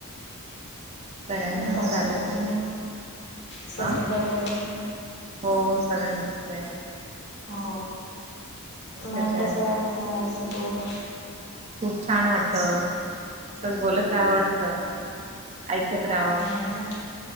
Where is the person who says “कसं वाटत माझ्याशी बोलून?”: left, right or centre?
Left